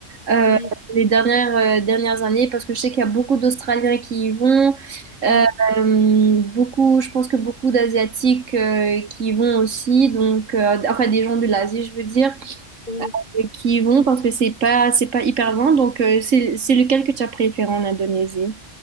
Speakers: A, on the right (about 80°); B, on the left (about 40°).
A: euh,
B: Oui,
A: les dernières, euh, dernières années parce que je sais qu'il y a beaucoup d'Australiens qui y vont, euh,
B: oui,
A: beaucoup, je pense que beaucoup d'Asiatiques euh, qui y vont aussi, donc euh, enfin des gens de l'Asie, je veux dire,
B: oui,
A: euh, qui y vont parce que c'est pas, c'est pas hyper loin. Donc euh, c'est, c'est lequel que tu as préféré en Indonésie?